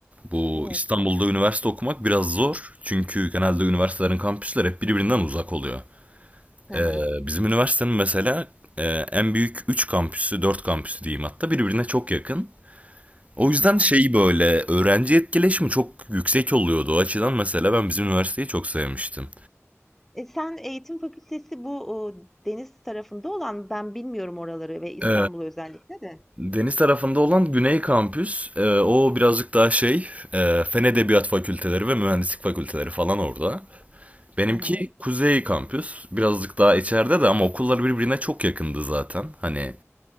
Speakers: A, on the right (about 25°); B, in the centre.
A: bu
B: Evet.
A: İstanbul'da üniversite okumak biraz zor. Çünkü genelde üniversitelerin kampüsleri hep birbirinden uzak oluyor.
B: Hı
A: Ee,
B: hı.
A: bizim üniversitenin mesela e, en büyük 3 kampüsü, 4 kampüsü diyeyim hatta birbirine çok yakın. O yüzden
B: Hı hı.
A: şey böyle öğrenci etkileşimi çok yüksek oluyordu. O açıdan mesela ben bizim üniversiteyi çok sevmiştim.
B: E, sen eğitim fakültesi bu, uuu, deniz tarafında olan, ben bilmiyorum oraları ve İstanbul'u
A: Ee,
B: özellikle de.
A: Deniz tarafında olan Güney Kampüs, e, o birazcık daha şey, e, Fen Edebiyat Fakülteleri ve Mühendislik Fakülteleri falan orada. Benimki
B: Hı hı.
A: Kuzey Kampüs, birazcık daha içeride de ama okullar birbirine çok yakındı zaten. Hani